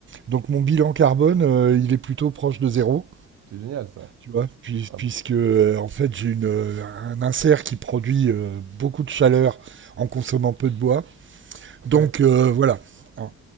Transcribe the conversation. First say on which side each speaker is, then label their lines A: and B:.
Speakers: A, on the right; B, on the right.
A: Donc mon bilan carbone, euh, il est plutôt proche de zéro.
B: C'est génial ça.
A: Tu vois, puis-
B: Ah
A: puisque
B: bon.
A: euh, en fait j'ai une, euh, un insert qui produit euh, beaucoup de chaleur en consommant peu de bois. Donc
B: Ouais.
A: euh, voilà. hein.